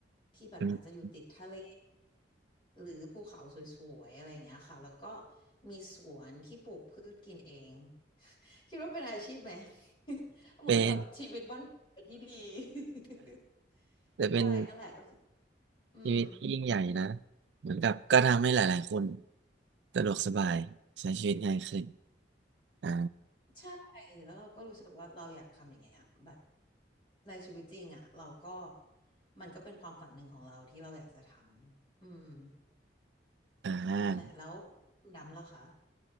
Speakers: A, on the left; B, on the right.
A: ที่แบบอาจจะอยู่ติดทะเล
B: อืม
A: หรือภูเขาสวยๆอะไรอย่างเงี้ยค่ะแล้วก็มีสวนที่ปลูกพืชกินเองคิดว่าเป็นอาชีพไหม <laughs> เหมือนแบบชีวิตบ้านที่ดี
B: เป็น
A: <laughs>
B: แต่เป็น
A: ใช่นั่นแหละก็คืออืม
B: ชีวิตที่ยิ่งใหญ่นะ เหมือนกับก็ทำให้หลายๆ คนสะดวกสบายใช้ชีวิตง่ายขึ้น อ่า
A: ใช่แล้วเราก็รู้สึกว่าเราอยากทำอย่างเงี้ยแบบในชีวิตจริงอ่ะเราก็มันก็เป็นความฝันหนึ่งของเราที่เราอยากจะทำอืม
B: อ่า
A: นั่นแหละแล้วคุณดำล่ะคะ